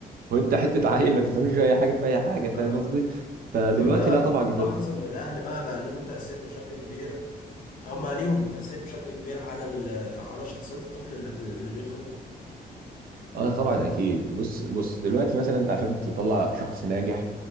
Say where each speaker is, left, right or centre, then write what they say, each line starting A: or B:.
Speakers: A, on the right; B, on the left.
A: وانت حته عيل ما تفهمش في اي حاجه في اي حاجه فاهم
B: اه آه.
A: قصدي فدلوقتي
B: طب انت
A: لا طبعا
B: بتلاحظ
A: انت
B: ان الاهل بقى بقى ليهم تاثير بشكل كبير هم ليهم تاثير بشكل كبير على ال- على شخصيه الطفل اللي بت- اللي بيخرج
A: اه طبعا اكيد بص بص دلوقتي مثلا انت عشان تطلع شخص ناجح